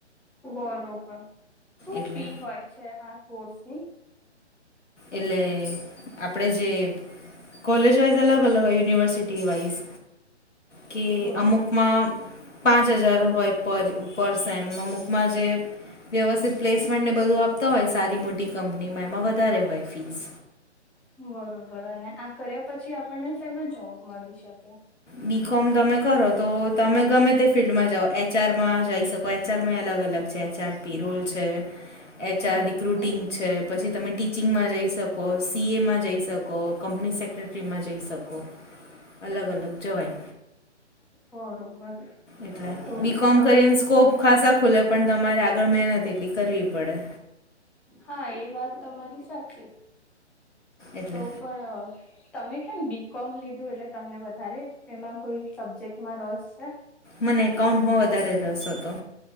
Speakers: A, in the centre; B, on the left (about 85°).
A: બરોબર શું
B: એટલે
A: ફી હોય છે આ કોર્સની
B: એટલે આપણે જે કોલેજ વાઇઝ અલગ અલગ હોય યુનિવર્સિટી વાઇઝ કે
A: બરોબર
B: અમુકમાં પાંચ હજાર હોય પર સેમ અમુક માં જે વ્યવસ્થિત પ્લેસમેન્ટને બધું આપતા હોય સારી મોટી કંપનીમાં એમાં વધારે હોય ફીસ
A: બરોબર અને આ કર્યા પછી આપણને શેમાં જોબ મળી શકે
B: બી કોમ તમે કરો તો તમે ગમે તે ફિલ્ડમાં જાઓ એચઆરમાં જઈ શકાય એચ આરમાં એ અલગ અલગ છે એચ આર પી રૂલ છે એચ
A: બરોબર
B: આર ક્રુટિંગ છે પછી તમે ટીચિંગમાં જઈ શકો સી એમાં જઈ શકો કંપની સેક્રેટરી ફ્રીમાં જઈ શકો અલગ અલગ જવાય
A: બરોબર.
B: એટલે
A: તો
B: બી કોમ
A: તમ
B: કરીને સ્કોપ ખાસા ખુલે પણ તમારે આગળ મહેનત એટલી કરવી પડે
A: હા એ વાત તમારી સાચી
B: એટલે
A: તો પણ તમે કેમ બી કોમ લીધું એટલે તમને વધારે એમાં કોઈ સબ્જેક્ટમાં રસ છે
B: મને એકાઉન્ટમાં વધારે રસ હતો.